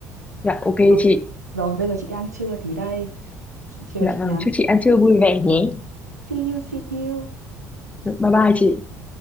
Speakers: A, on the left; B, on the right.
A: dạ ok
B: Ờ,
A: chị
B: rồi bây giờ chị đi ăn trưa tí đây chị, chiều
A: dạ
B: chị
A: vâng
B: nhắn
A: chúc chị ăn trưa vui vẻ nhé
B: see you see you
A: Dạ, bye bye chị